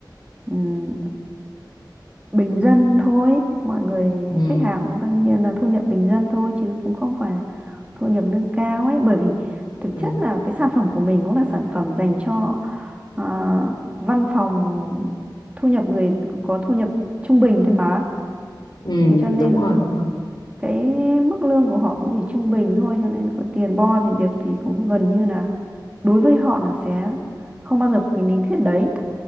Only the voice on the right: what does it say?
ừm, bình dân thôi mọi người
khách hàng cũng đương nhiên là thu nhập bình dân thôi chứ cũng không phải là thu nhập nâng cao ấy bởi vì thực
chất là cái sản phẩm của mình cũng là sản phẩm dành cho à, văn phòng thu nhập người có thu nhập trung bình thôi mà
thế cho nên
cái mức lương của họ cũng chỉ trung bình thôi cho nên có tiền bo thì việc thì cũng gần như là đối với họ là sẽ không bao giờ có cái lý thuyết đấy